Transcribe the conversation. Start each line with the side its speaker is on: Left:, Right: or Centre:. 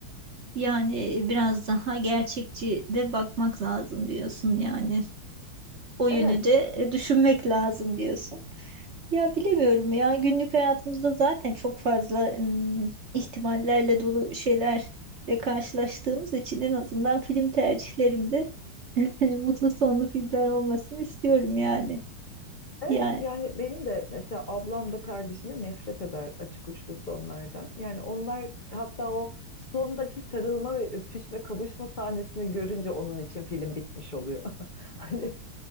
Right: Yani biraz daha gerçekçi de bakmak lazım diyorsun yani. O yönü
Left: Evet.
Right: de e, düşünmek lazım diyorsun. Ya bilemiyorum ya günlük hayatımızda zaten çok fazla ım, ihtimallerle dolu şeylerle karşılaştığımız için en azından film tercihlerimde <laughs> mutlu sonlu filmler olmasını istiyorum yani.
Left: Evet
Right: Ya
Left: yani benim de mesela ablam da kardeşim de nefret eder açık uçlu sonlardan. Yani onlar hatta o sondaki sarılma ve öpüşme kavuşma sahnesini görünce onun için film bitmiş oluyor. <laughs> Hani